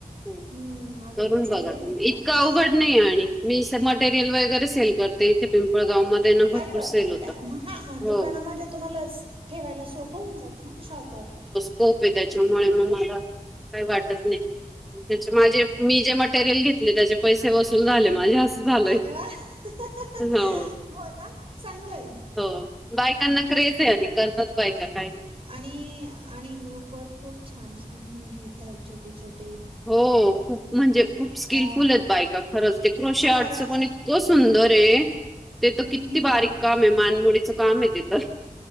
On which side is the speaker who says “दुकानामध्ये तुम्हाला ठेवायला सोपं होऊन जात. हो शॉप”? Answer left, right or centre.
Right